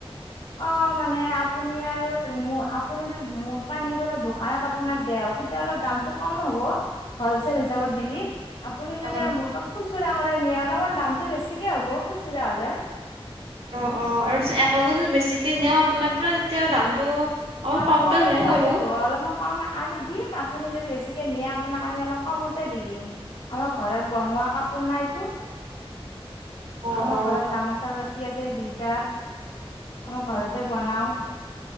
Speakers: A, on the left; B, on the right.
A: অ মানে আপুনি আৰু মো আপুনি যদি মোৰ পা নি পেলে দোকানত আপোনাক দেঅ তেতিয়া অলপ দামটো কম হ'ব হলচেল হিচাপত দিলি। আপুনি যদি
B: অ
A: আৰু মোৰ পৰা খুচুৰা কৰে নিয়ে অলপমান দামটো বেছিকে হ'ব খুচুৰা হ'লে।
B: অ অ আৰু পিছে একেলগে যদি বেছিকে নিও আপোনাৰ পৰা তেতিয়া দামটো অকমান
A: অলপ
B: কমকে
A: কমতে
B: ধৰিব
A: পাই
B: আৰু
A: যাব, অলপমান কম আমি দিম, আপুনি যদি বেছিকে নিয়ে আপোনাক আমি অলপ কমতে দি দিম। আমাৰ ঘৰত বনোৱা কাপোৰ না এইটো!
B: অ
A: আমাৰ
B: অ
A: ঘৰত গামোচাৰ পাতি আছে দুইটা, আমাৰ ঘৰতে বনাও।